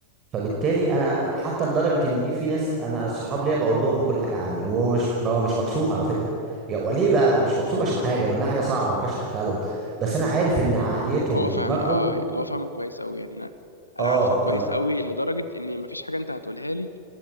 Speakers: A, on the right; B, on the left.
A: فبالتالي انا حتى لدرجه ان دي في ناس انا صحاب ليا بقول لهم كل حاجه عني وهو مش هو مش مكسوف على فكره يا وليه بقى مش مكسوف عشان حاجه ما انها حاجه صعبه ما ينفعش احكيها لهم بس انا عارف ان عقليتهم
B: هو
A: ودماغهم
B: فاهم اه هو فاهمك كويس قوي يعني انا
A: اه
B: انا عارفك كويس
A: ف
B: قوي لدرجه ان مفيش حاجه انت هتقولها لي